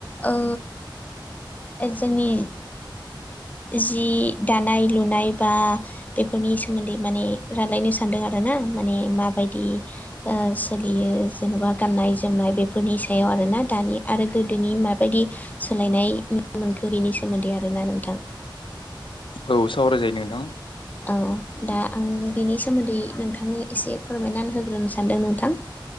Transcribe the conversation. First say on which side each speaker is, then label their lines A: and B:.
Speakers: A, on the left; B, on the left.
A: ओ ओ जोंनि जि दानाय लुनाय बा बेफोरनि सोमोन्दै माने रायलायनो सानदों आरोना माने माबायदि ओ सोलियो जेन'बा गाननाय जोमनाय बेफोरनि सायाव आरोना दानि आरो गोदोनि माबायदि सोलायनाय मोनखो बिनि सोमोन्दै आरोना नोंथां
B: औ सावरायजायो नोंथां
A: औ दा आं बेनि सोमोन्दै नोंथांनो एसे फोरमायनानै होग्रोनो सानदों नोंथां